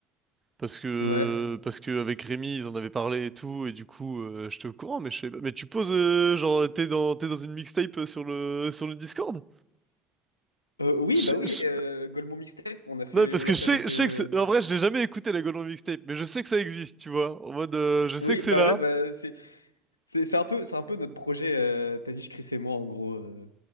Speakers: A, on the right; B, on the left.
A: Parce que,
B: Ouais.
A: parce que avec Rémi ils en avaient parlé et tout, et du coup euh, j'étais au courant, mais je savais pas. Mais tu poses, euh, genre t'es dans, t'es dans une mixtape euh, sur le, sur le Discord?
B: Euh, oui,
A: Je-
B: bah oui,
A: je-
B: euh, Golemon Mixtape, on a fait,
A: Non, parce
B: on
A: que
B: l'a fait
A: je sais,
B: avec.
A: je sais
B: euh,
A: que c'est- en vrai je l'ai jamais écouté la Golden Mixtape, mais je sais que ça existe, tu vois. En mode, euh, je sais
B: Oui,
A: que c'est
B: bah
A: là.
B: ouais, bah c'est, c'est, c'est un peu, c'est un peu notre projet. euh, T'as dit, je Chris et moi, en gros. euh,